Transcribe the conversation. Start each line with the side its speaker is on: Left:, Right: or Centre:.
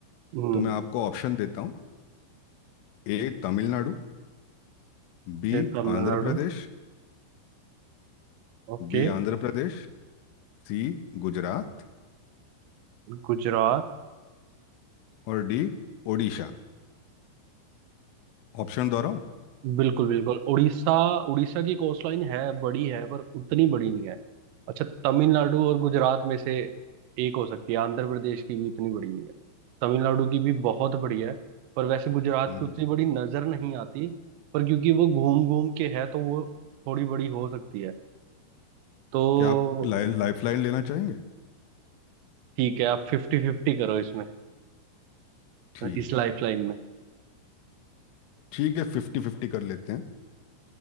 Right: हम्म
Left: तो मैं आपको ऑप्शन देता हूँ A Tamil Nadu B
Right: फिर तमिलनाडु
Left: Andhra Pradesh
Right: ओके
Left: B Andhra Pradesh C Gujarat
Right: गुजरात
Left: और डी ओडिशा ऑप्शन दोहराऊं
Right: बिल्कुल बिल्कुल उड़ीसा उड़ीसा की कोस्ट लाइन है बड़ी है पर उतनी बड़ी नहीं है अच्छा तमिलनाडु और गुजरात में से एक हो सकती है आंध्र प्रदेश की भी उतनी बड़ी नहीं है तमिलनाडु की भी बहुत बड़ी है पर वैसे गुजरात
Left: हम्म
Right: की उतनी बड़ी नजर नहीं आती पर क्योंकि वो घूम घूम के है तो वो थोड़ी बड़ी हो सकती है तो
Left: क्या आप लाई, लाइफ लाइन लेना चाहेंगे
Right: ठीक है आप फिफ्टी फिफ्टी करो इसमें
Left: ठीक
Right: इस
Left: है
Right: लाइफ लाइन में
Left: ठीक है फिफ्टी फिफ्टी कर लेते हैं